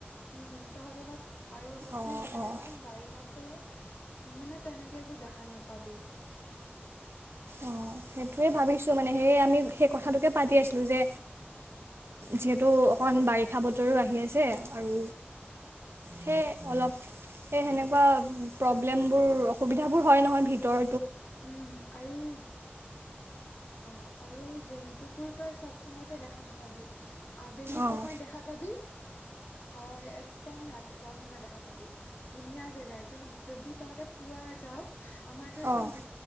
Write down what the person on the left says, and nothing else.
উম, তহঁত অলপ আৰু অলপ
দিন ৰৈ
দে,
কাৰণ বাৰিষাত গ'লে মানে তেনেকে একো দেখা নাপাবি।
উম আৰু উম, অঁ আৰু জন্তু বোৰ তই চব সময়তে দেখা নাপাবি। আবেলি
সময় দেখা পাবি, হয়্ একদম ৰাতিপুৱাৰ সময় দেখা পাবি, ধুনীয়া জেগা, একদম যদি তহঁতে পুৱা যাওঁ আমাৰ টো একদম
দু